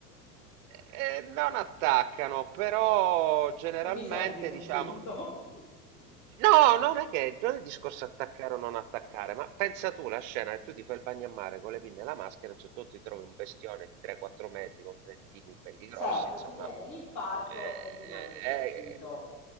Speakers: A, on the right (about 50°); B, on the left (about 40°).
A: Eh, non attaccano, però generalmente
B: Non mi sembri convinto.
A: diciamo.
B: <laughs>
A: No, non è che non è il discorso attaccare o non attaccare, ma pensa tu la scena che tu ti fai il bagno a mare con le pinne e la maschera, a un certo punto ti trovi un bestione di 3-4 metri con dentini belli grossi,
B: Certo,
A: insomma,
B: ti viene l'infarto
A: eh,
B: e rimani stecchito.
A: eh,